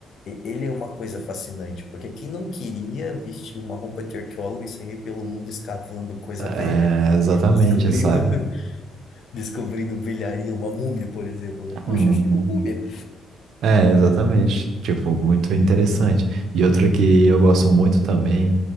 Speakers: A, on the left; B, on the right.
A: e- Ele é uma coisa fascinante, porque quem não queria vestir uma roupa de arqueólogo e sair pelo mundo escavando coisa
B: É,
A: velha,
B: exatamente,
A: descobrindo
B: sabe?
A: <laughs> descobrindo velharia, uma múmia, por exemplo. né? Poxa,
B: Uhum.
A: achei uma múmia.
B: É, exatamente. Tipo, muito interessante. E outra que eu gosto muito também,